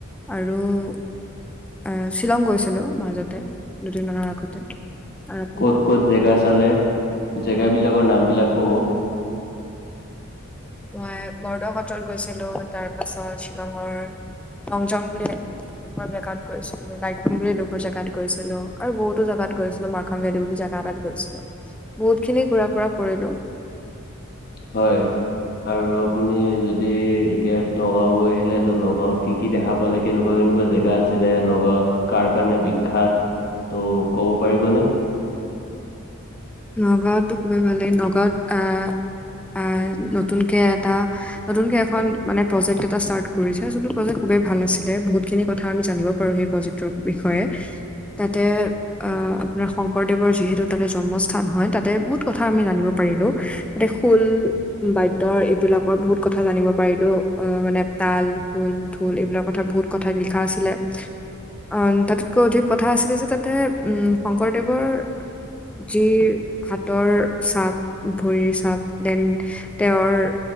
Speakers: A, in the centre; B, on the left (about 45°).
A: আৰু- আহ, শ্বিলং গৈছিলো মাজতে দুদিনমানৰ আগতে। আৰু আপুনি?
B: ক'ত ক'ত জেগা চালে জেগা বিলাকৰ নাম বিলাক ক'ব-
A: মই বৰদহটল গৈছিলো তাৰ পাছত শ্বিলঙৰ লংজং বুলি- দুখৰ জেগাত গৈছিলো লাইটলম বুলি এদোখৰ জেগাত গৈছিলো আৰু বহুতো জেগাত গৈছিলো মা- ভেলি বুলি জোগা এটাত গৈছিলো, বহুত খিনি ঘুৰা ফুৰা কৰিলো।
B: হয়, আৰু আপুনি যদি এতিয়া নগাঁও গৈ আহিলেটো নগ- ঘৰত কি কি দেখা পালে? কেনেকুৱা কেনেকুৱা জেগা- আছিলে নগাঁৱত কাৰ কাৰণে বিখ্যাত ত' ক'ব পাৰিবনে?
A: নগাঁওতো খুবেই ভাল লাগে। নগাঁওত আহ নতুনকে এটা- নতুনকে এখন মানে প্ৰজেক্ট এটা ষ্টাত কৰিছে। যোনটো প্ৰজেক্ট খুবেই ভাল আছিলে বহুতখিনি কথা আমি জানিব পাৰো। সেই প্ৰজেক- তোৰ বিষয়ে তাতে অঁ' আপোনাৰ শংকৰদেৱৰ যিহেতু তাতে জনম- স্থান হয়। তাতে বহুত কথা আমি জানিব পাৰিলো। তাতে শূল বাদ্যৰ এইবিলাকৰ বহুত কথা জানিব পাৰিলো। অঁ' মানে তাল খুল ঢোল এইবিলাকৰ কথা বহুত- কথাত লিখা আছিলে। অঁ তাতোতকৈ অধিক কথা আছিলে যে, তাতে উম শংকৰদেৱৰ- যি হাতৰ চাপ ভৰিৰ চাপ দেন- তেওঁৰ